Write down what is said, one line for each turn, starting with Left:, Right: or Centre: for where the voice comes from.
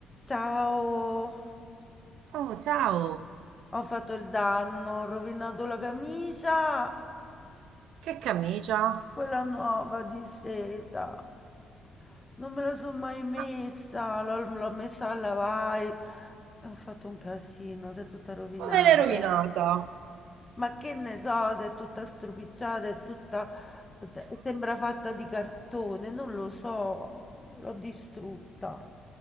Left: Ciao,
Right: Oh, ciao!
Left: ho fatto il danno, ho rovinato la camicia,
Right: Che camicia?
Left: quella nuova di seta. Non me la sono mai messa,
Right: Ma
Left: l'ho l'ho messa a lavare. Ho fatto un casino, si è tutta rovinata.
Right: come l'hai rovinata?
Left: Ma che ne so, se è tutta stropicciata, è tutta... sembra fatta di cartone, non lo so, l'ho distrutta.